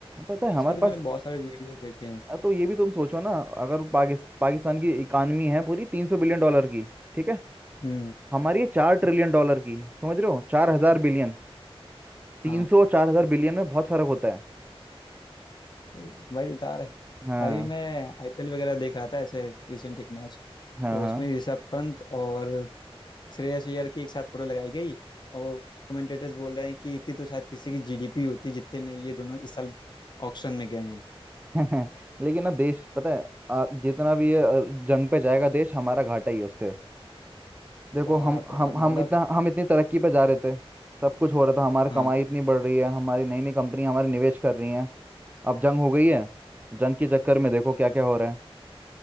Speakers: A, on the right (about 15°); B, on the left (about 45°).
A: पता है
B: इसके
A: हमारे
B: तो मैंने
A: पास
B: बहुत सारे वीडियोस देखे हैं
A: अ, तो ये भी तुम सोचो ना अगर पाकिस, पाकिस्तान की इकानमी है पूरी तीन सौ बिलियन डॉलर की ठीक है
B: हम्म
A: हमारी ये चार ट्रिलियन डॉलर की समझ रहे हो चार हजार बिलियन
B: हाँ
A: तीन सौ चार हजार बिलियन में बहुत फर्क होता है
B: ए, वही बता रहे
A: हाँ
B: अभी मैं आईपीएल वगैरह देख रहा था ऐसे रिसेंट एक मैच
A: हाँ
B: तो
A: हाँ
B: उसमें ऋषभ पंत और श्रेयस अय्यर की एक साथ फोटो लगाई गई और वो कमेंटेटर्स बोल रहे हैं कि इतनी तो शायद किसी की जीडीपी होती जितने में ये दोनों इस साल ऑक्शन में गए हैं
A: हाँ <laughs> लेकिन ना देश पता है आ, जितना भी ये अ, जंग पे जाएगा देश हमारा घाटा ही है उससे देखो
B: बहुत
A: हम
B: यार
A: हम हम
B: मतलब
A: इतना हम इतनी तरक्की पे जा रहे थे सब कुछ हो रहा था हमारी
B: हाँ
A: कमाई इतनी बढ़ रही है हमारी नई नई कंपनी हमारे निवेश कर रही हैं अब जंग हो गई है जंग के चक्कर में देखो क्या क्या हो रहा है